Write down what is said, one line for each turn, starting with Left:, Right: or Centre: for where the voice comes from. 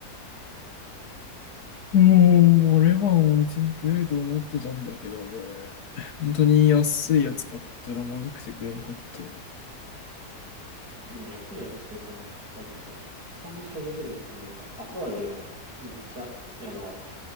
Left: もう、あれは別に食えると思ってたんだけどね。<laughs> 本当に安いやつ買ったらまずくて食えんかった。
Right: 安いやつ作ったなんか買うとさ、臭みすごすぎてさ、なんか後味がめっちゃ嫌だわ。